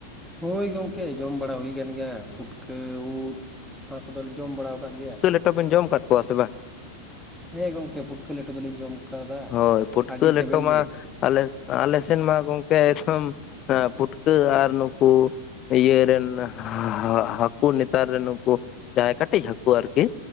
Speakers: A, in the centre; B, on the left.
A: ᱦᱳᱭ ᱜᱚᱝᱠᱮ ᱡᱚᱢ ᱵᱟᱲᱟ ᱦᱩᱭ ᱟᱠᱟᱱ ᱜᱮᱭᱟ ᱯᱩᱴᱠᱟᱹ ᱩᱫ, ᱚᱱᱟ ᱠᱚᱫᱚᱞᱮ ᱡᱚᱢ ᱵᱟᱲᱟ ᱟᱠᱟᱫ ᱜᱮᱭᱟ᱾
B: ᱡᱚᱵᱮᱱ ᱡᱚᱢ ᱟᱠᱟᱫ ᱠᱚᱣᱟ ᱥᱮ ᱵᱟᱝ?
A: ᱦᱮᱸ ᱜᱚᱝᱠᱮ ᱯᱩᱴᱠᱟᱹ ᱞᱮᱴᱚ ᱫᱚᱞᱤᱧ ᱡᱚᱢ ᱟᱠᱟᱫᱟ
B: ᱦᱳᱭ ᱯᱩᱴᱠᱟᱹ
A: ᱟᱹᱰᱤ
B: ᱞᱮᱴᱚ
A: ᱥᱮᱵᱮᱞ
B: ᱢᱟ
A: ᱜᱮ
B: ᱟᱞᱮ ᱟᱞᱮ ᱥᱮᱱ ᱢᱟ ᱜᱚᱝᱠᱮ ᱮᱛᱚᱢ ᱯᱩᱴᱠᱟᱹ ᱟᱨ ᱱᱩᱠᱩ ᱤᱭᱟᱹ ᱨᱮᱱ ᱦᱟ ᱦᱟ ᱦᱟᱠᱩ ᱱᱮᱛᱟᱨ ᱨᱮᱱ ᱱᱩᱠᱩ ᱡᱟᱦᱟᱸᱭ ᱠᱟᱹᱴᱤᱡ ᱦᱟᱹᱠᱩ ᱟᱨᱠᱤ